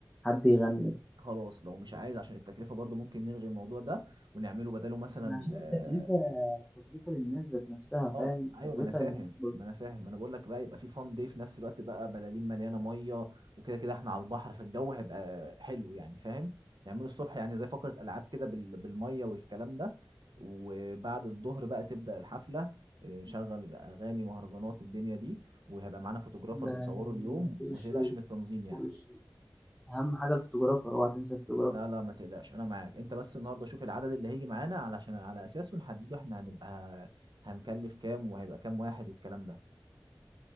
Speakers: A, in the centre; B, on the right.
A: حد يغني
B: خلاص لو مش عايز عشان التكلفة برضه ممكن نلغي الموضوع ده ونعمله بداله مثلا
A: احنا عشان
B: آه،
A: التكلفة التكلفة للناس ذات نفسها
B: اه
A: فاهم التكلفة
B: ايوه ما انا فاهم
A: للناس برضه
B: ما انا فاهم ما انا بقول لك بقى يبقى في فان دي في نفس الوقت بقى بلالين مليانه ميه وكده كده احنا على البحر فالجو هيبقى حلو يعني فاهم يعملوا الصبح يعني زي فقره العاب كده بال... بالميه والكلام ده وبعد الظهر بقى تبدا الحفله إيه، نشغل اغاني مهرجانات الدنيا دي وهيبقى معانا فوتوغرافرز
A: ده
B: يصوروا اليوم
A: فوق
B: وما
A: الشغل
B: تقلقش من التنظيم يعني
A: فوق الشغل أهم حاجة الفوتوغرافر أوعى تنسى الفوتوغرافر
B: لا لا ما تقلقش انا معاك انت بس النهارده شوف العدد اللي هيجي معانا علشان على اساسه نحدده احنا هنبقى هنكلف كام وهيبقى كام واحد والكلام ده